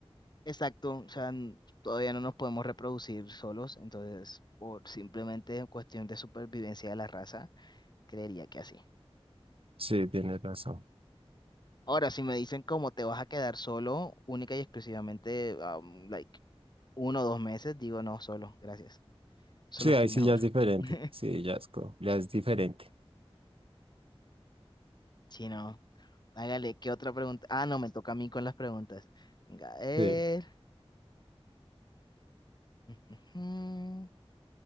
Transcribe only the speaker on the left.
Exacto, o sea, n- todavía no nos podemos reproducir solos, entonces, por simplemente cuestión de supervivencia de la raza, creería que así.
Ahora, si me dicen cómo te vas a quedar solo, única y exclusivamente, um, like, uno o dos meses, digo no, solo, gracias. Solo
estoy
mejor.
<laughs>
Si no, hágale, ¿qué otra pregunta? Ah, no, me toca a mí con las preguntas. Venga, a ver.
Ujujú.